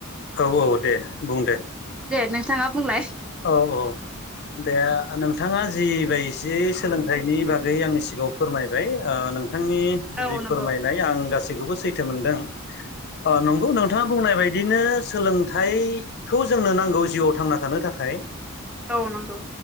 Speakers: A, on the left; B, in the centre.
A: औ औ दे बुं दे
B: दे नोंथाङा बुंलाय
A: औ औ दे नोंथाङा जि बायदि सोलोंथाइनि बागै आंनि सिगाङाव फोरमायबाय नोंथां नोंथांनि
B: औ
A: जि फोरमायनाय
B: नंगौ
A: आं गासैखौबो सैथो मोनदों नंगौ नोंथाङा बुंनाय बायदि बिदिनो सोलोंथाइखौ जोंनो नांगौ जिउआव थांना थानो थाखाय
B: औ नंगौ